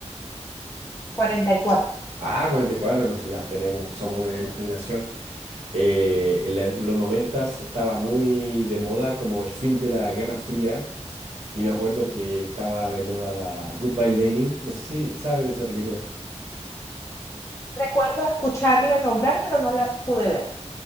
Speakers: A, on the left; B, on the right.
A: 44.
B: Ah, 44 no sé, ya tenemos, somos de la misma generación. Eh, en la- los noventas estaba muy de moda como el fin de la Guerra Fría y me acuerdo que estaba de moda la Goodbye Lenin, no sé si sabes de esa película.
A: Recuerdo escucharla nombrar, pero no la pude ver.